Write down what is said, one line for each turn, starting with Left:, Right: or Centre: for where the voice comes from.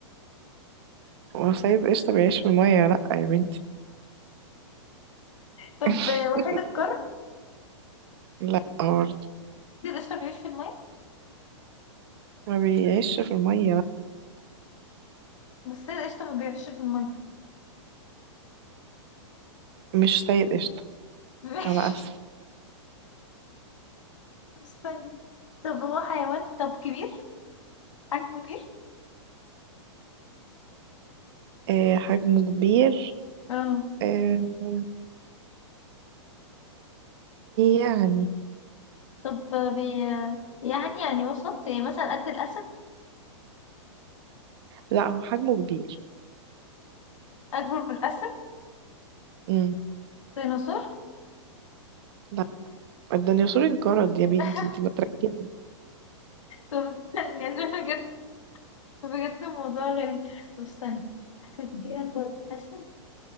Right: هو الصيد قشطة بيعيش في المية لا يا بنتي
Left: طب
Right: <laughs>
Left: آه، وحيد القرن
Right: لا برضه
Left: استاذ قشطة بيعيش في المية
Right: ما بيعيش في المية لا
Left: بس استاذ قشطة ما بيعيش في المية
Right: مش سيد قشطة
Left: <laughs> ماشي
Right: أنا آسف
Left: استنى طب هو حيوان طب كبير حجمه كبير
Right: آه حجمه كبير
Left: اه
Right: آه يعني
Left: طب آه، بي آه، يعني يعني وسط يعني مثلا قد الاسد
Right: لا هو حجمه كبير
Left: اكبر من الاسد
Right: مم.
Left: ديناصور
Right: لا الديناصور انقرض يا بنتي
Left: <laughs>
Right: انتي ما تركزي
Left: طب استنى يعني بجد بجد الموضوع غريب طب استنى حاجة كبيرة أكبر من الأسد